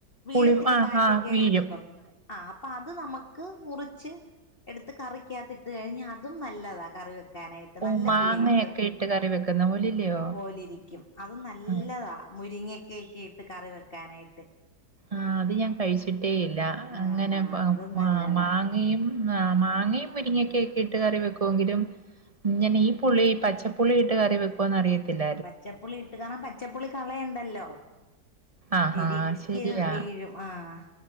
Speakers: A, on the left; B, on the right.
A: വീഴത്തില്ലെ
B: പുളി ആഹ്
A: കാറ്റെക്കെ
B: ആഹ് വീഴും
A: അടിക്കുമ്പം ആഹ് അപ്പ അത് നമ ക്ക് മുറിച്ച് എട്ത്ത് കറിക്കകത്തിട്ട് കഴിഞ്ഞ അതും നല്ലതാ കറിവെ ക്കാനായിട്ട്
B: ഓഹ്
A: നല്ല
B: മാങ്ങയൊക്കെ
A: പുളി കിട്ടും.
B: ഇട്ട് കറി വെക്കുന്ന പോലില്ലയോ
A: പോലി രിക്കും അത് നല്ലതാ
B: ആഹ്
A: മുരിങ്ങക്കെക്കെ ഇട്ട് കറി വെക്കാനായിട്ട്
B: ആഹ്. അത് ഞാൻ കഴിച്ചിട്ടേയില്ല.
A: ആഹ്
B: അങ്ങനെ പ
A: അത് നല്ലതാ
B: മാ മാങ്ങയും ആഹ് മാങ്ങയും മുരിങ്ങക്കക്കെ ഇട്ട് കറി വെക്കൊങ്കിലും ഇങ്ങനെ ഈ പുളി പച്ചപ്പുളിയിട്ട് കറി വെ പ്പോന്നറിയത്തില്ല
A: ആഹ് പച്ചപ്പുളിട്ട്കാണ പച്ചപ്പുളി കളയണ്ടല്ലോ
B: ആഹ്
A: എതിക്ക്
B: ആഹ് ശരിയാ
A: വീഴും. ആഹ്